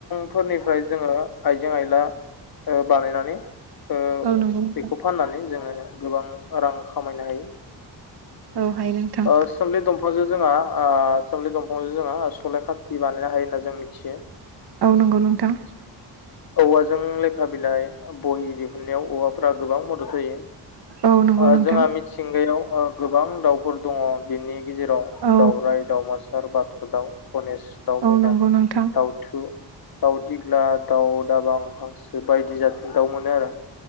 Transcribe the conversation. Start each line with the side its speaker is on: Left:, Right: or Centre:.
Left: फोरनिफ्राय जोङो आइजें आइला ओ बानायनानै ओ
Right: औ नंगौ नोंथां
Left: बेखौ फाननानै जोङो गोबां रां खामायनो हायो
Right: औ हायो नोंथां
Left: ओ सोमलि दंफांजों जोंहा ओ सोमलि दंफांजो जोंहा सलाय खाथि बानायनो हायो होनना जों मिथियो
Right: औ नंगौ नोंथां
Left: औवाजों बिलाइ बहि दिहुनन्नायाव औवाफोरा गोबां मदद होयो।
Right: औ नंगौ
Left: ओ
Right: नोंथां
Left: जोंहा मिथिंगायाव ओ गोबां दाउ फोर दङ बेनि गेजेराव
Right: औ
Left: दाउराय, दाउमासार, बाथ' दाउ गनेश, दाउ
Right: औ
Left: मैना,
Right: नंगौ नोंथां
Left: दाउथु दाउ दिग्ला, दाउ दाबां, हांसो, बायदि जाथिनि दाउ मोनो आरो